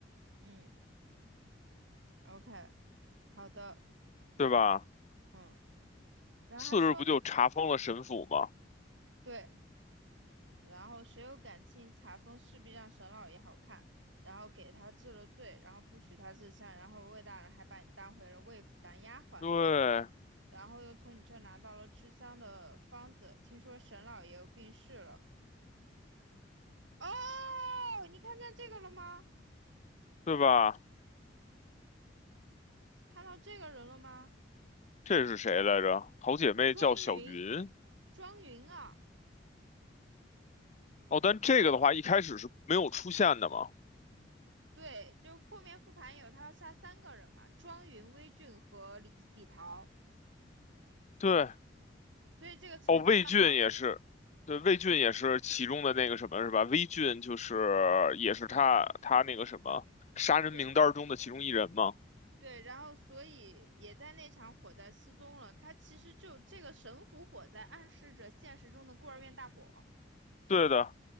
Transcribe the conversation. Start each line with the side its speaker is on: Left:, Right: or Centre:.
Right: 嗯，OK，好的。
Left: 对吧？
Right: 嗯，然后还说，
Left: 次日不就查封了沈府吗？
Right: 对，然后谁有感情，查封势必让沈老爷好看，然后给他治了罪，然后不许他治香，然后魏大人还把你当回了魏府当丫鬟，
Left: 对，
Right: 然后又从你这儿拿到了治香的方子，听说沈老爷又病逝了。哦，你看见这个了吗？
Left: 对吧？
Right: 看到这个人了吗？
Left: 这是谁来着？好姐妹叫小云。
Right: 庄云，庄云啊，
Left: 哦，但这个的话一开始是没有出现的嘛？
Right: 对，就后面复盘有他要杀三个人嘛，庄云、微俊和李李桃。
Left: 对，
Right: 所以这个曾经的好
Left: 哦，魏俊也是，对，魏俊也是其中的那个什么是吧？魏俊就是也是他他那个什么杀人名单中的其中一人嘛？
Right: 对对，然后所以也在那场火灾失踪了。他其实就这个神府火灾暗示着现实中的孤儿院大火，
Left: 对的，